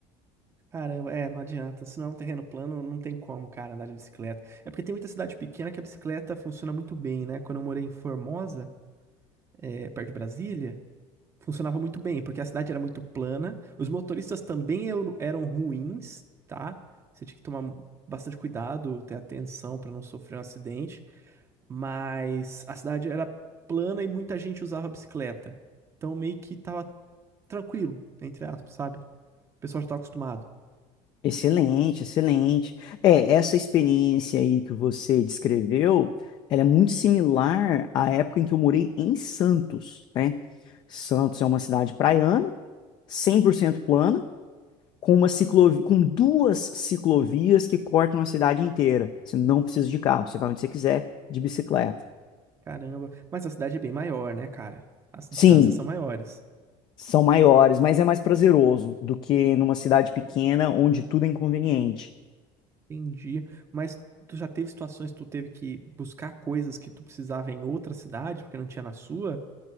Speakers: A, on the right; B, on the left.
A: Caramba, é, não adianta. Se não é um terreno plano, não tem como, cara, andar de bicicleta. É porque tem muita cidade pequena que a bicicleta funciona muito bem, né? Quando eu morei em Formosa, é, perto de Brasília, funcionava muito bem, porque a cidade era muito plana. Os motoristas também eu- eram ruins, tá? Você tinha que tomar bastante cuidado, ter atenção pra não sofrer um acidente. Mas a cidade era plana e muita gente usava bicicleta. Então meio que tava tranquilo, entre aspas, sabe? O pessoal já tava acostumado.
B: Excelente, excelente. É, essa experiência aí que você descreveu, ela é muito similar à época em que eu morei em Santos, né? Santos é uma cidade praiana, 100% plana, com uma ciclovia, com duas ciclovias que cortam a cidade inteira. Você não precisa de carro, você vai onde você quiser, de bicicleta.
A: Caramba. Mas a cidade é bem maior, né, cara? As distâncias
B: Sim,
A: são maiores.
B: são maiores, mas é mais prazeroso do que numa cidade pequena onde tudo é inconveniente.
A: Entendi. Mas tu já teve situações que tu teve que buscar coisas que tu precisava em outra cidade porque não tinha na sua?